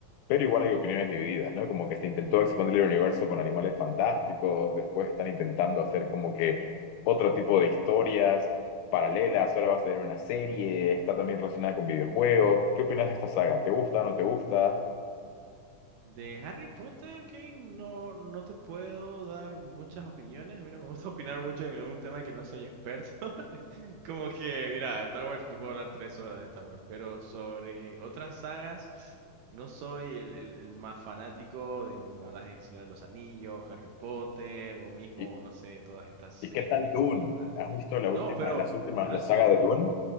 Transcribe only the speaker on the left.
pero igual hay opiniones
divididas, ¿no? Como que se intentó expandir el universo con animales fantásticos, después están intentando hacer como que otro tipo de historias paralelas, ahora va a salir una serie, está también relacionada con videojuegos. ¿Qué opinas de esta saga? ¿Te gusta, no te gusta?
¿Y,
y qué tal Dune?
¿Has visto la última,
las últimas,
la
saga
de Dune?